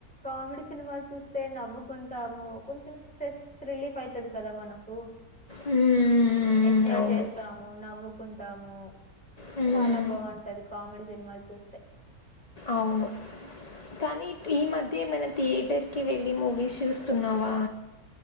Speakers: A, in the centre; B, on the left.
A: కామెడీ సినిమాలు చూస్తే నవ్వుకుంటాము కొంచెం స్ట్రెస్ రిలీఫ్ అయితది కదా మనకు
B: హ్మ్.
A: ఎంజాయ్
B: అవును.
A: చేస్తాము నవ్వుకుంటాము
B: హ్మ్.
A: చాలా బావుంటది కామెడీ సినిమాలు చూస్తే
B: అవును. కానీ ఇప్- ఈ మధ్యేమైనా థియేటర్కి వెళ్ళి మూవీస్ చూస్తున్నావా